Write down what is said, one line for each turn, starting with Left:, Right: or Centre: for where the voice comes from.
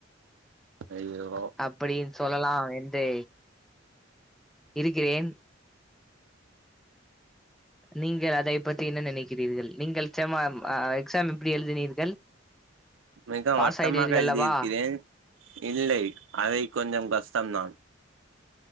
Right: ஐயோ
Centre: அப்படியும் சொல்லலாம் என்று இருக்கிறேன் நீங்கள் அதை பத்தி என்ன நினைக்கிறீர்கள் நீங்கள் செமாம் ஆ எக்ஸாம் எப்படி எழுதினீர்கள்
Right: மிக
Centre: பாஸ்
Right: வட்டமாக
Centre: ஆயிடுவீர்கள்
Right: எழுதியிருக்கிறேன்
Centre: அல்லவா
Right: இல்லை அதை கொஞ்சம் கஷ்டம்தான்